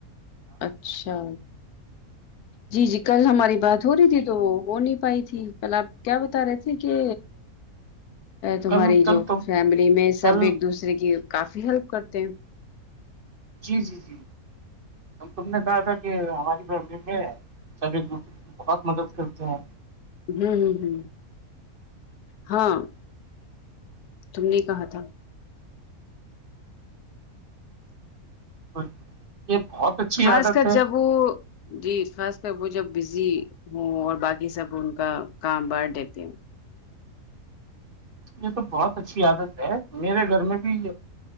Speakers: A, on the left; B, on the right.
A: اچھا
B: ہ
A: جی جی کل ہماری بات ہو رہی تھی تو وہ ہو نہیں پائی تھی کل آپ کیا بتا رہے تھے کہ تمہاری
B: کل کل
A: جو
B: تم
A: فیملی میں
B: کل
A: سب ایک دوسرے کی کافی ہیلپ کرتے ہیں
B: جی جی جی تم نے کہا تھا کہ ہماری فیملی میں سب ایک دوسرے کی بہت مدد کرتے ہیں
A: ہوں ہوں ہ ہاں تم نے کہا تھا
B: تو یہ بہت اچھی
A: خاص
B: عادت
A: کر
B: ہے
A: جب وہ جی خاص کر وہ جب بزی ہوں اور باقی سب ان کا کام بٹ دیتے ہیں
B: یہ تو بہت اچھی عادت ہے میرے گھر میں بھی یہ